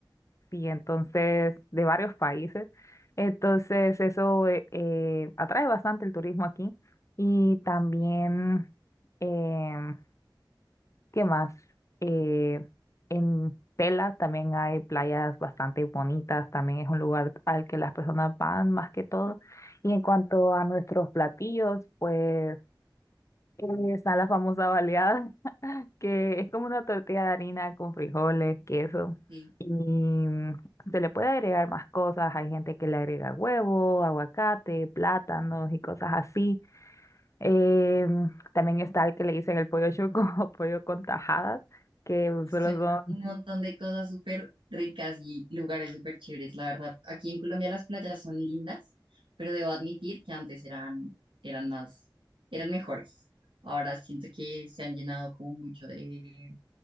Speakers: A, on the left; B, on the right.
A: y entonces de varios países. Entonces eso eh, eh, atrae bastante el turismo aquí y también,
B: sí,
A: em, ¿qué más? Eh, en Tela también hay playas bastante bonitas, también es un lugar al que las personas van más que todo. Y en cuanto a nuestros platillos, pues eh, está la famosa baleada, <laughs> que es como una tortilla de harina con frijoles, queso,
B: sí.
A: y se le puede agregar más cosas. Hay gente que le agrega huevo, aguacate, plátanos y cosas así. Em, también está el que le dicen el pollo chuco <laughs> o pollo con tajadas, que
B: Suena
A: solo son...
B: un montón de cosas súper ricas y lugares súper chéveres, la verdad. Aquí en Colombia las playas son lindas, pero debo admitir que antes eran, eran más, eran mejores. Ahora siento que se han llenado como mucho de